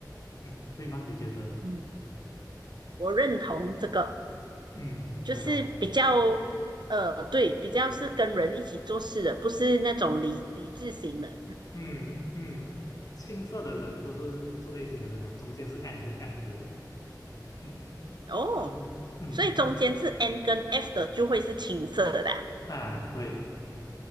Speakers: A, on the left; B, on the right.
A: 嗯，对吗？你觉得？
B: 嗯，我认同这个，
A: 嗯，
B: 就是比较，
A: 对哦，
B: 呃，对，比较是跟人一起做事的，不是那种理理智型的。
A: 嗯嗯，青色的人都是这类型的人啊，中间是 N 跟 F 的人，嗯，
B: 哦，
A: 他们，嗯，
B: 所以中间是 n 跟 f 的，就会是青色的啦。
A: 啊，对，